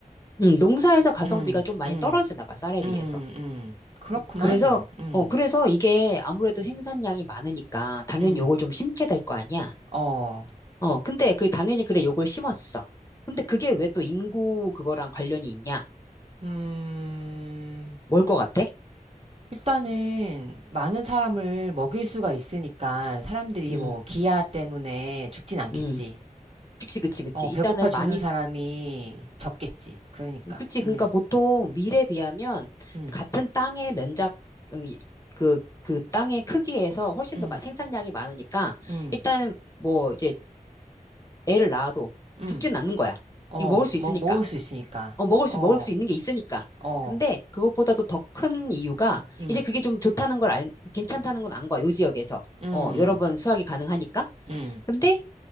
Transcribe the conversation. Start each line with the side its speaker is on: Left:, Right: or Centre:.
Left: 음. 농사에서 가성비가
Right: 음,
Left: 좀 많이
Right: 음,
Left: 떨어지나 봐, 쌀에
Right: 음,
Left: 비해서.
Right: 음. 그렇구만.
Left: 그래서,
Right: 음,
Left: 어, 그래서 이게 아무래도 생산량이 많으니까 당연히
Right: 음.
Left: 요걸 좀 심게 될 거 아니야.
Right: 어,
Left: 어, 근데 그 당연히 그래, 요걸 심었어. 근데 그게 왜 또 인구 그거랑 관련이 있냐?
Right: 음.
Left: 뭘 것 같아?
Right: 일단은 많은 사람을 먹일 수가 있으니까 사람들이
Left: 음,
Right: 뭐 기아 때문에 죽진 않겠지.
Left: 음. 그치, 그치, 그치.
Right: 어,
Left: 일단은
Right: 배고파 죽는
Left: 많이,
Right: 사람이 적겠지. 그러니까.
Left: 그치.
Right: 음,
Left: 그러니까 보통 밀에 비하면
Right: 음,
Left: 같은 땅의 면적, 음, 그, 그 땅의 크기에서 훨씬
Right: 음,
Left: 더 마- 생산량이 많으니까
Right: 음,
Left: 일단 뭐 이제 애를 낳아도
Right: 음.
Left: 죽지는 않는 거야.
Right: 어,
Left: 이거 먹을
Right: 먹,
Left: 수 있으니까.
Right: 먹을 수 있으니까.
Left: 어, 먹을
Right: 어,
Left: 수, 먹을 수 있는 게 있으니까.
Right: 어,
Left: 근데 그것보다도 더 큰 이유가
Right: 음,
Left: 이제 그게 좀 좋다는 걸 알, 괜찮다는 건 안 거야. 요 지역에서.
Right: 음,
Left: 어, 여러 번 수확이 가능하니까.
Right: 음.
Left: 근데